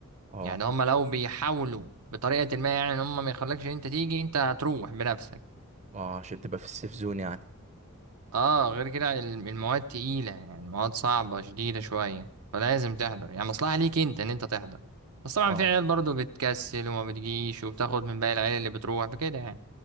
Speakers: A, on the right (about 30°); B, on the right (about 85°).
A: اه
B: يعني هم لو بيحاولوا بطريقة ما يعني ان هم ما يخلكش ان انت تيجي انت هتروح بنفسك
A: اه عشان تبقى في السيف زون يعني
B: اه غير كده الم- المواد تقيلة يعني المواد صعبة شديدة شوية فلازم تحضر يعني مصلحة ليك انت ان انت تحضر بس طبعا
A: اه
B: في عيال برضه بتكسل وما بتجيش وبتاخد من باقي العيال اللي بتروح فكده يعني